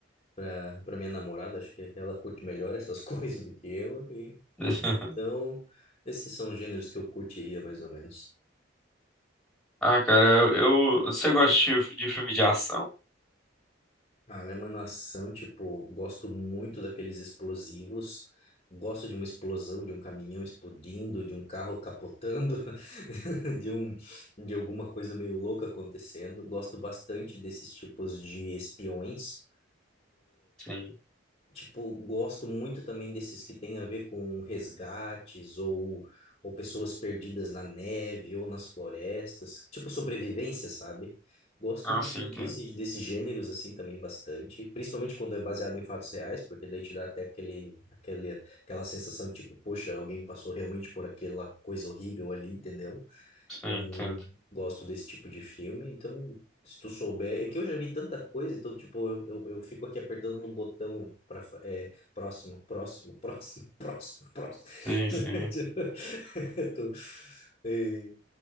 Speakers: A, on the left; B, in the centre.
A: pra, pra minha namorada, acho que ela curte melhor essas <laughs> coisas do que eu. E,
B: <laughs>
A: então, esses são os gêneros que eu curtiria mais ou menos.
B: Ah, cara, eu, eu- você gosta de, fi- de filme de ação?
A: Ah, Ela é uma Nação, tipo, gosto muito daqueles explosivos, gosto de uma explosão, de um caminhão explodindo, de um carro capotando, <laughs> de um, de alguma coisa meio louca acontecendo. Gosto bastante desses tipos de espiões.
B: Sim.
A: Tipo, gosto muito também desses que têm a ver com resgates ou, ou pessoas perdidas na neve ou nas florestas, tipo sobrevivência, sabe? Gosto
B: Ah,
A: desse,
B: sim, entendo.
A: desse, desses gêneros assim também bastante, principalmente quando é baseado em fatos reais, porque daí te dá até aquele, aquele, aquela sensação tipo, poxa, alguém passou realmente por aquela coisa horrível ali, entendeu?
B: Sim,
A: Então,
B: entendo.
A: gosto desse tipo de filme. Então, se tu souber, é que eu já vi tanta coisa, então, tipo, eu, eu, eu fico aqui apertando no botão para é, próximo, próximo, próximo, <laughs> próximo, próximo.
B: Sim, sim.
A: <laughs> Tipo, <laughs> e,